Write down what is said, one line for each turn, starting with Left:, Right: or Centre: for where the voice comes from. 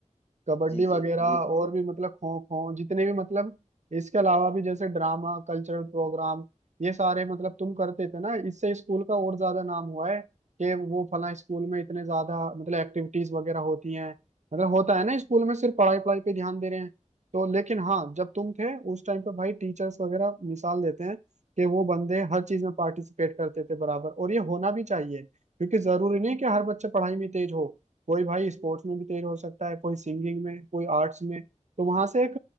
Right: कबड्डी
Left: जी
Right: वगैरह
Left: जी लोग
Right: और भी मतलब खो खो जितने भी मतलब इसके अलावा भी जैसे ड्रामा कल्चरल प्रोग्राम ये सारे मतलब तुम करते थे ना इससे स्कूल का और ज्यादा नाम हुआ है कि वो फला स्कूल में इतने ज्यादा मतलब एक्टिविटीज वगैरह होती हैं मतलब होता है ना स्कूल में सिर्फ पढ़ाई पढ़ाई पे ध्यान दे रहे हैं तो लेकिन हाँ जब तुम थे उस टाइम पे भाई टीचर्स वगैरह मिसाल देते हैं कि वो बंदे हर चीज में पार्टिसिपेट करते थे बराबर और ये होना भी चाहिए क्योंकि जरूरी नहीं कि हर बच्चा पढ़ाई में तेज हो कोई भाई स्पोर्ट्स में भी तेज हो सकता है कोई सिंगिंग में कोई आर्ट्स में तो वहां से एक